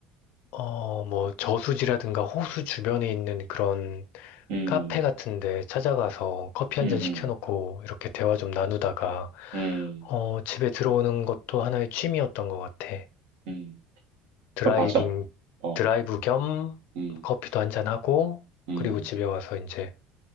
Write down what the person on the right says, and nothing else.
음,
음,
음,
음,
음.
그 맞아. 어.
음.
음.